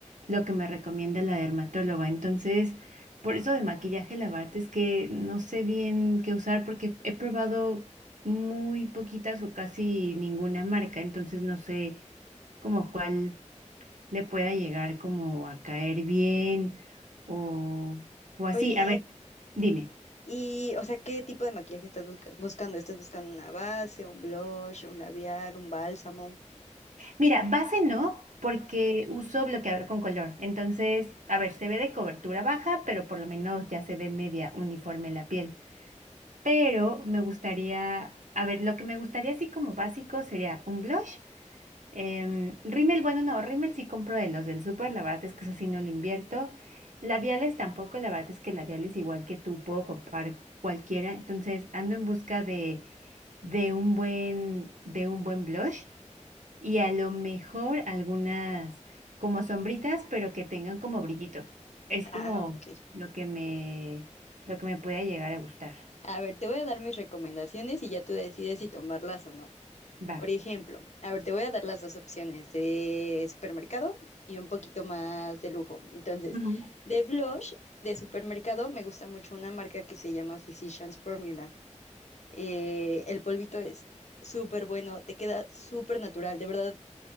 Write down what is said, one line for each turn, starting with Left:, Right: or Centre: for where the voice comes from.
Right: lo que me recomienda la dermatóloga. Entonces, por eso de maquillaje, la verdad es que no sé bien qué usar porque he probado muy poquitas o casi ninguna marca, entonces no sé como cuál le pueda llegar como a caer bien o, o así.
Left: Oye.
Right: A ver, dime.
Left: Y, o sea, ¿qué tipo de maquillaje estás busca- buscando? ¿Estás buscando una base, un blush, un labial, un bálsamo?
Right: Mira, base no, porque uso bloqueador con color. Entonces, a ver, se ve de cobertura baja, pero por lo menos ya se ve media uniforme la piel. Pero me gustaría, a ver, lo que me gustaría así como básico sería un blush Em, rímel, bueno, no, rímel sí compro de los del súper, la verdad es que eso sí no lo invierto. Labiales tampoco, la verdad es que labiales igual que tú puedo comprar cualquiera, entonces ando en busca de, de un buen, de un buen blush y a lo mejor algunas como sombritas, pero que tengan como brillitos. Es como
Left: Ah, ok.
Right: lo que me, lo que me pueda llegar a gustar.
Left: A ver, te voy a dar mis recomendaciones y ya tú decides si tomarlas o no.
Right: Va.
Left: Por ejemplo, a ver, te voy a dar las dos opciones de supermercado y un poquito más de lujo. Entonces,
Right: Ujú,
Left: de blush de supermercado me gusta mucho una marca que se llama Physicians Formula. Eh, el polvito es súper bueno, te queda súper natural, de verdad